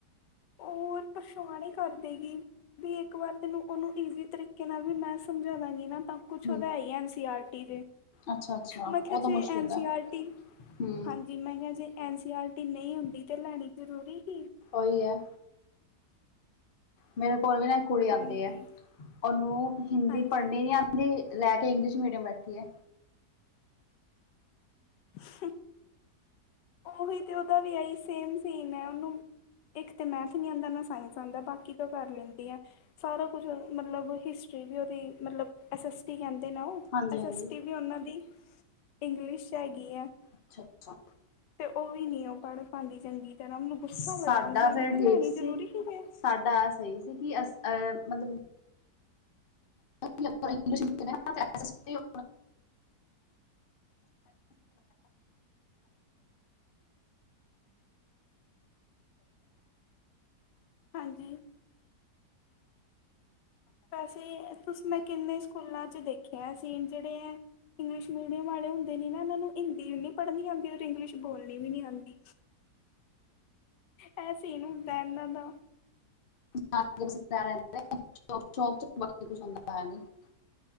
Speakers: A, on the left; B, on the left.
A: ਔਰ ਪਰੇਸ਼ਾਨ ਈ ਕਰ ਦੇਗੀ ਵੀ ਇੱਕ ਵਾਰ ਤੈਨੂੰ ਓਨੂੰ ਈਜ਼ੀ ਤਰੀਕੇ ਨਾਲ ਵੀ ਮੈਂ ਸਮਝਾਵਾਂਗੀ ਨਾ ਤਾਂ ਕੁਛ
B: ਹੂੰ
A: ਓਦਾ ਐ ਐੱਨ ਸੀ ਆਰ ਟੀ ਦੇ
B: ਅੱਛਾ ਅੱਛਾ
A: ਮਖਿਆ
B: ਉਹ ਤਾਂ
A: ਜੇ
B: ਮੁਸ਼ਕਿਲ
A: ਐਨ
B: ਹੈ
A: ਸੀ ਆਰ ਟੀ,
B: ਹੂੰ
A: ਹਾਂਜੀ ਜਿ ਮੈਂ ਕੇਆ ਜੇ ਐਨ ਸੀ ਆਰ ਟੀ ਨੀਂ ਹੁੰਦੀ ਤਾਂ ਲੈਣੀ ਜਰੂਰੀ ਸੀ।
B: ਓਈ ਐ। ਮੇਰੇ ਕੋਲ ਵੀ ਨਾ ਇੱਕ ਕੁੜੀ
A: ਹਾਂਜੀ
B: ਆਂਦੀ ਐ, ਓਨੂੰ ਹਿੰਦੀ
A: ਹਾਂਜੀ
B: ਪੜ੍ਹਨੀ ਨੀ ਆਂਦ ਦੀ, ਲੈ ਕੇ ਇੰਗਲਿਸ਼ ਮੀਡੀਅਮ ਬੈਠੀ ਐ।
A: <inaudible> ਓਹੀ ਤੇ ਓਦਾ ਵੀ ਐਈ ਸੇਮ ਸੀਨ ਐ, ਓਨੂੰ ਇੱਕ ਤਾਂ ਮੈਥ ਨੀਂ ਆਂਦਾ, ਨਾ ਸਾਇੰਸ ਆਂਦਾ ਬਾਕੀ ਤੇ ਕਰ ਲੈਂਦੀ ਐ। ਸਾਰਾ ਕੁਝ ਮਤਲਬ ਹਿਸਟਰੀ ਵੀ ਓਦੀ ਮਤਲਬ ਐਸ ਐਸ ਟੀ ਕੈਂਦੇ ਨਾ ਓ
B: ਹਾਂਜੀ
A: ਐਸ
B: ਹਾਂਜੀ
A: ਐਸ ਟੀ ਵੀ ਓਨਾਂ ਦੀ, ਇੰਗਲਿਸ਼ 'ਚ ਹੈਗੀ ਐ।
B: ਅੱਛਾ-ਅੱਛਾ।
A: ਤੇ ਓਵੀ ਨੀ ਓ ਪੜ੍ਹ ਪਾਂਦੀ ਚੰਗੀ ਤਰ੍ਹਾਂ, ਮੈਨੂੰ ਗੁੱਸਾ
B: ਸਾਡਾ
A: ਬੜਾ ਆਂਦਾ
B: ਫਿਰ
A: ਮੈਂ ਕੇਆ
B: ਠੀਕ
A: ਲੈਣੀ ਜਰੂਰੀ ਸੀ ਫੇਰ।
B: ਸਾਡਾ ਐ ਸਈ ਸੀ ਕਿ ਅਸ ਅ ਮਤਲਬ <unintelligible>
A: ਹਾਂਜੀ। ਵੈਸੇ, ਤੁਸੀਂ ਮੈਂ ਕਿੰਨੇ ਸਕੂਲਾਂ 'ਚ ਦੇਖਿਆ ਐ ਸੀਨ, ਜੇੜੇ ਐ ਇੰਗਲਿਸ਼ ਮੀਡੀਅਮ ਵਾਲੇ ਹੋਂਦੇ ਨੇ ਨਾ, ਏਨਾਂ ਨੂੰ ਹਿੰਦੀ ਵੀ ਨੀ ਪੜ੍ਹਨੀ ਆਂਦੀ ਔਰ ਇੰਗਲਿਸ਼ ਬੋਲਣੀ ਵੀ ਨੀ ਆਂਦੀ। ਐਹ ਸੀਨ ਹੁੰਦਾ ਇਹਨਾਂ ਦਾ।
B: <inaudible>